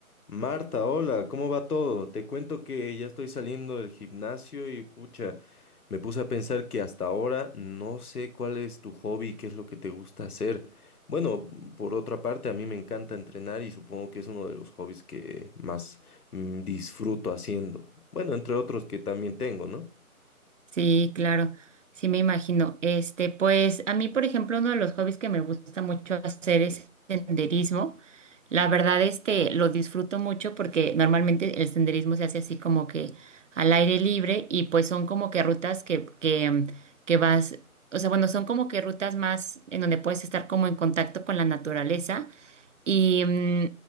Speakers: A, on the left; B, on the right.
A: Marta, hola, ¿cómo va todo? Te cuento que ya estoy saliendo del gimnasio y pucha, me puse a pensar que hasta ahora no sé cuál es tu hobby, qué es lo que te gusta hacer. Bueno, por otra parte, a mí me encanta entrenar y supongo que es uno de los hobbies que más mm, disfruto haciendo. Bueno, entre otros que también tengo, ¿no?
B: Sí, claro, sí me imagino. Este, pues a mí, por ejemplo, uno de los hobbies que me gusta mucho hacer es senderismo. La verdad, este, lo disfruto mucho porque normalmente el senderismo se hace así como que al aire libre y pues son como que rutas que, que, que vas, o sea, bueno, son como que rutas más en donde puedes estar como en contacto con la naturaleza y, mm,